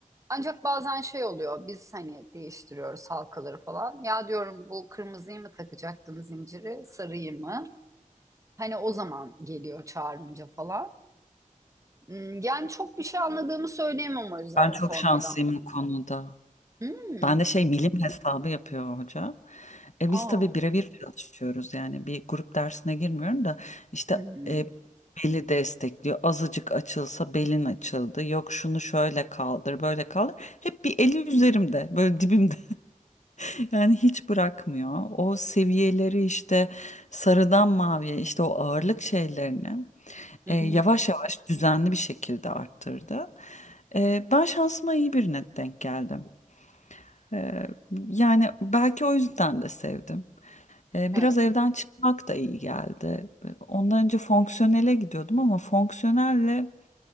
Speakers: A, on the right; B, on the left.
A: Ancak bazen şey oluyor, biz hani değiştiriyoruz halkaları falan. Ya diyorum bu kırmızıyı mı takacaktım zinciri, sarıyı mı? Hani o zaman geliyor çağırınca falan. Hmm, Yani çok bir şey anladığımı söyleyemem o yüzden
B: Ben çok
A: formadan.
B: şanslıyım bu konuda.
A: Hmm.
B: Ben de şey milim hesabı yapıyor hoca. E
A: Aa.
B: biz tabii birebir çalışıyoruz yani bir grup dersine girmiyorum da işte
A: Hmm.
B: e, beli destekliyor. Azıcık açılsa belin açıldı. Yok şunu şöyle kaldır, böyle kaldır. Hep bir eli üzerimde, böyle dibimde. <laughs> Yani hiç bırakmıyor. O seviyeleri işte sarıdan maviye işte o ağırlık şeylerini
A: Hı
B: e,
A: hı.
B: yavaş yavaş düzenli bir şekilde arttırdı. E, ben şansıma iyi birine denk geldim. E, yani belki o yüzden de sevdim. E,
A: Evet.
B: biraz evden çıkmak da iyi geldi. E, Ondan önce fonksiyonele gidiyordum ama fonksiyonelle